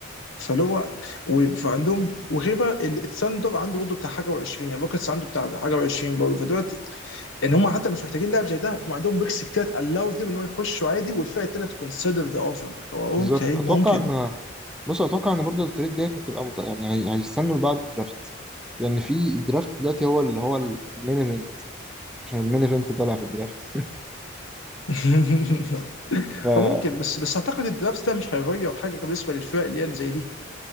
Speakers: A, on the left; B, in the centre.
A: فاللي هو و- فعندهم وغير بقى ال- الثاندر عنده برضه بتاع حاجه و20 الروكتس عنده بتاع حاجه و20 برضه فدلوقتي ان هم حتى مش محتاجين لاعب زي ده هم عندهم بيكس كتير تالاو ذيم ان هو يخشوا عادي والفرقه الثانيه تكونسيدر ذا اوفر اوكي
B: بالظبط اتوقع
A: ممكن
B: ان بص اتوقع ان برضه التريد ديت هتبقى مط... يعني هي... هيستنوا لبعد الدرافت لان في الدرافت دلوقتي هو اللي هو المين ايفنت عشان المين ايفنت طالع في الدرافت <laughs>
A: <laughs>
B: ف
A: وممكن بس بس اعتقد الدرافت ده مش هيغير حاجه بالنسبه للفرق اللي هي اللي زي دي